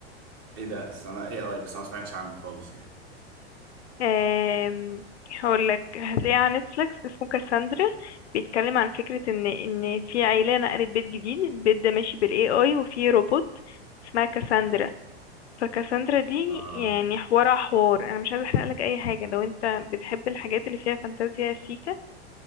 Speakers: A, on the right; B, on the left.
A: ايه ده اصل انا اي اي بس انا ما سمعتش عنه خالص يعني
B: آم، هقولك هتلاقيه على نتفليكس اسمه كاساندرا بيتكلم عن فكرة ان ان في عيلة نقلت بيت جديد البيت ده ماشي بالاي اي وفي روبوت اسمها كاساندرا فكاساندرا دي
A: اه
B: يعني حوار حوار انا مش عايزة احرقلك اي حاجة لو انت بتحب الحاجات اللي فيها فانتازيا سيكا